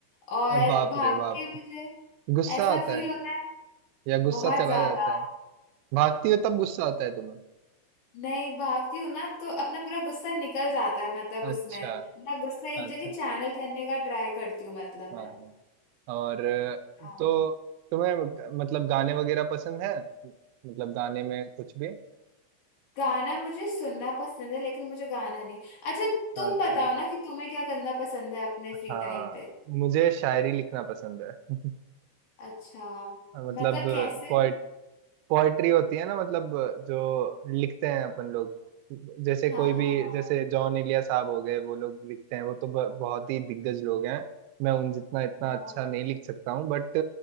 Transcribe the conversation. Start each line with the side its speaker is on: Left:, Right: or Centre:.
Left: और
Right: अरे बाप
Left: भाग
Right: रे बाप
Left: के मुझे
Right: गुस्सा
Left: ऐसा
Right: आता
Left: फील
Right: है
Left: होता है
Right: या गुस्सा
Left: बहुत
Right: चला
Left: ज्यादा
Right: जाता है भागती हो तब गुस्सा आता है तुम्हें
Left: नहीं भागती हूँ ना तो अपना पूरा गुस्सा निकल जाता है मतलब
Right: अच्छा
Left: उसमें अपना गुस्सा एक
Right: अच्छा
Left: जगह चैनल करने का ट्राई करती हूँ मतलब मैं
Right: हाँ हाँ और अ,
Left: हाँ।
Right: तो तुम्हें ग- मतलब गाने वगैरह पसंद है मतलब गाने में कुछ भी
Left: गाना मुझे सुनना पसंद है लेकिन मुझे गाना नहीं अच्छा तुम
Right: अच्छा
Left: बताओ ना कि तुम्हें क्या करना पसंद है अपने
Right: हाँ
Left: फ्री टाइम पे
Right: मुझे शायरी लिखना पसंद है <laughs>
Left: अच्छा
Right: मतलब
Left: मतलब कैसे
Right: पोएट पोएट्री होती है ना मतलब जो लिखते हैं अपन लोग जैसे
Left: हाँ
Right: कोई
Left: हाँ
Right: भी
Left: हाँ
Right: जैसे जॉन इलिया साहब हो गए वो लोग लिखते हैं वो तो ब- बहुत ही दिग्गज लोग हैं मैं उन जितना इतना
Left: हाँ
Right: अच्छा नहीं लिख सकता हूँ बट